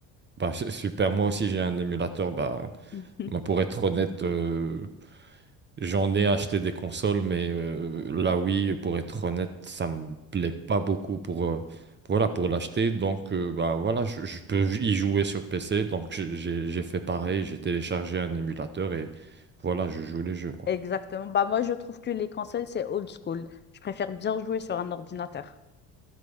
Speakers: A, on the right (about 25°); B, on the left (about 25°).
A: bah c'est super. Moi aussi, j'ai un émulateur. Bah,
B: <laughs>
A: bah, pour être honnête, euh, j'en ai acheté des consoles, mais euh, la Wii, pour être honnête, ça me plaît pas beaucoup pour euh, voilà pour l'acheter. Donc euh, bah voilà, je, je peux y jouer sur PC. Donc j'ai j'ai- j'ai fait pareil. J'ai téléchargé un émulateur et voilà, je joue les jeux quoi.
B: Exactement. Bah, moi, je trouve que les consoles, c'est old school. Je préfère bien jouer sur un ordinateur.